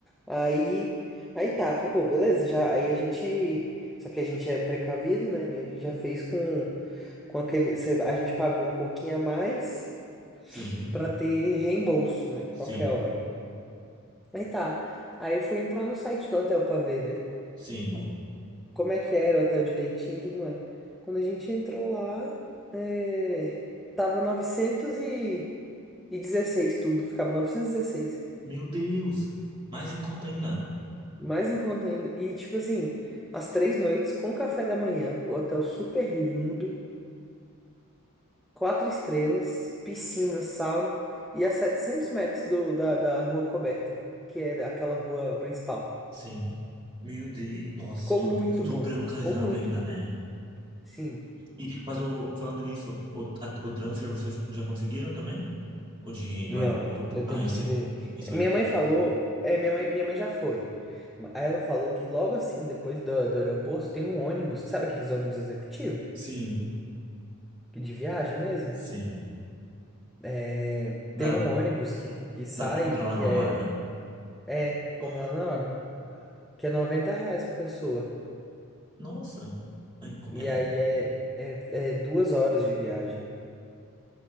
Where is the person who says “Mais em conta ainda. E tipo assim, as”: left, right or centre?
Centre